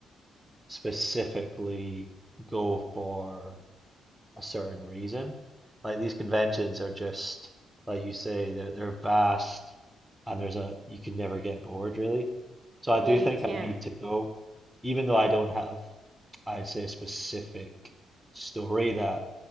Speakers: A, in the centre; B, on the right (about 35°).
A: specifically go for a certain reason. Like these conventions are just like you say they're they're vast and there's a you can never get bored really. So I
B: yeah
A: do
B: you
A: think
B: can't
A: I need to go even though I don't have I'd say a specific story that